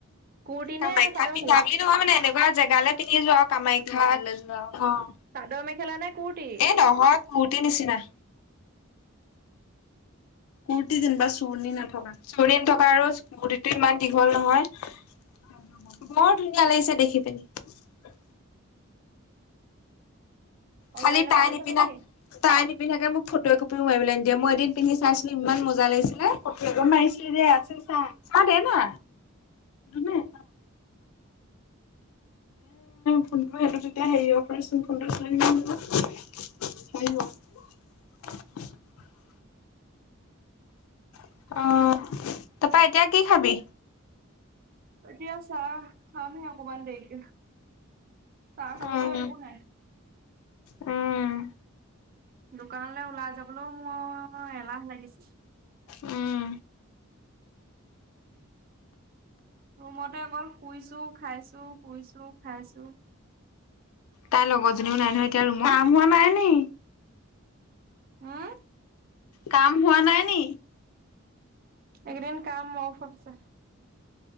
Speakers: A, on the right (about 45°); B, on the left (about 80°).
A: কুৰ্তি নে
B: কামাখ্যাত
A: চাদৰ মেখেলা
B: পিন্ধা বুলি নহয় মানে, এনে পোৰা জেগালৈ পিন্ধি যোৱা কামাখ্যাত, অ'।
A: চাদৰ-মেখেলা নে। কুৰ্তি?
B: এই নহয় কূৰ্তিৰ নিচিনাৰ কূৰ্তি যেনিবা চুৰণি নথকা চুৰণি নথকা আৰু কূৰ্তিটো ইমান দীঘল নহয়। বৰ ধুনীয়া লাগিছে দেখি পিনে।
A: <inaudible> অনলাইনৰ
B: খালি তাই
A: পৰা লৈছা
B: নিপিন্ধা,
A: নেকি?
B: তাই নিপি নিপিন্ধাকে মোক ফটোৰ একপিও মাৰিবলৈ নিদিয়ে, মই এদিন পিন্ধি চাইছিলো ইমান মজা লাগিছিলে, ফটো এখন মাৰিছিলি দে আছে। চাহ, চা দে না। নাই ফোনটো সিহঁত তেতিয়া হেৰি অফাৰোন ফোনটো চ কৰিব। অ',
A: <unintelligible>
B: তাৰপা এতিয়া কি খাবি?
A: এতিয়া। চাহ খামহে অকমান দেৰিকে, চাহ খাবলৈ
B: উম।
A: একো নাই।
B: উম।
A: দোকানলৈ ওলাই যাবলৈও মোৰ এলাহ লাগিছে।
B: উম,
A: ৰুমতে অকল শুইছো, খাইছো, শুইছো, খাইছো।
B: তাইৰ লগৰজনীও নাই নহয় এতিয়া ৰুমত কাম হোৱা নাই নে।
A: হম।
B: কাম হোৱা নাই নি?
A: এইকেইদিন কাম অফ্ আছে।